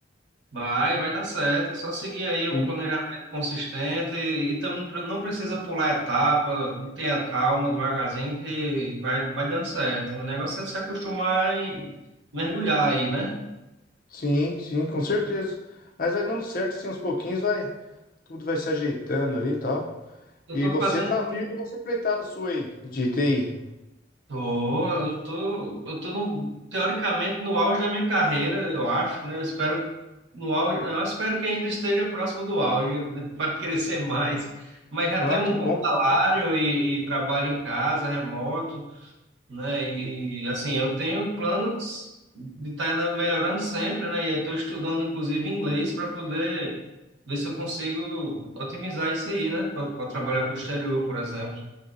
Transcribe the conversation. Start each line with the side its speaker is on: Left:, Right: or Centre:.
Right: Vai, vai dar certo. É só seguir aí um
Left: Sim,
Right: planejamento consistente e, e tam- não precisa pular etapa, tenha calma, devagarzinho, que vai, vai dando certo. O negócio é se acostumar e mergulhar aí, né?
Left: sim, sim, com certeza. Mas vai dando certo, sim, aos pouquinhos vai, tudo vai se ajeitando ali e tal.
Right: Eu
Left: E
Right: tô
Left: você
Right: fazendo
Left: tá firme
Right: isso.
Left: nessa empreitada sua aí, de TI.
Right: Tô, eu tô, eu tô no, teoricamente no auge da minha carreira, eu acho, né? Eu espero no auge, não, eu espero que ainda esteja próximo do auge, né? <laughs> vai crescer mais. Mas já
Left: Ah,
Right: tenho
Left: que
Right: um
Left: bom.
Right: bom salário e, e trabalho em casa, remoto. né? E, e, assim, eu tenho planos de estar melhorando sempre, né? E estou estudando inclusive inglês para poder ver se eu consigo otimizar isso aí, né? Para trabalhar para o exterior, por exemplo.